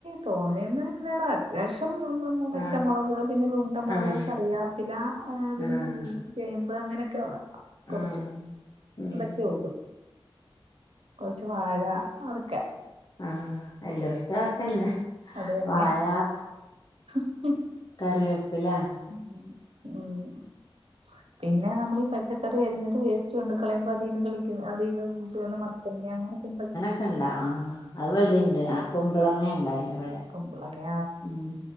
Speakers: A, on the right; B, on the left.
A: തോനെയൊന്നും ഇല്ലടാ ലേശം നമ്മ പച്ചമുളക്
B: ആഹ്
A: പിന്നെ ഉണ്ടമുളക്
B: ആഹ്
A: കറിയാപ്പില പിന്നെ
B: ആഹ്
A: ചീനി ചേമ്പ് അങ്ങനെയൊക്കയുള്ള കുറച്ച്
B: ആഹ്
A: അതൊക്കെ ഒള്ളു കുറച്ച് വാഴ അതൊക്കെ.
B: ആഹ എല്ലോടത്തും ആക്കന്നെ
A: അത് തന്നെ.
B: വാഴ
A: ഹമ്മ്മ്
B: കറിപ്പില
A: ഉം പിന്നെ നമ്മൾ ഈ പച്ചക്കറി അരിഞ്ഞിട്ട് വേസ്റ്റ് കൊണ്ട് കളയ്പ്പോ അതിൽന്ന് കിളർക്ക്‌ അതീന്നു ചുവന്ന മത്തങ്ങ അങ്ങനൊക്കെ
B: <unintelligible> ഉണ്ടാ ആഹ് അതിവിടെയുണ്ട് കുമ്പളങ്ങ ണ്ടായിന് ഇവിടെ
A: കുമ്പളങ്ങ
B: ഉം